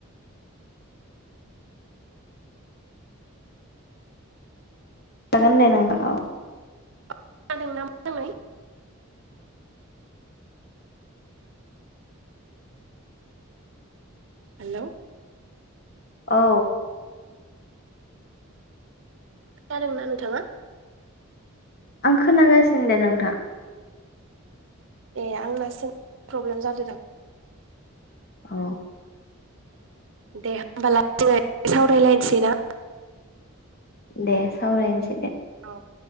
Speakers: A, on the left; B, on the right.
A: जागोन दे नोंथां
B: खोनादों ना मोजाङै? हेलौ
A: औ
B: खोनादोंना नोंथाङा?
A: आं खोनागासिनो दे नोंथां
B: ए आंना सों प्रब्लेम जादों दां
A: औ
B: दे होमबालाय जोङो सावरायलायसै ना <inaudible>
A: दे सावरायनोस
B: औ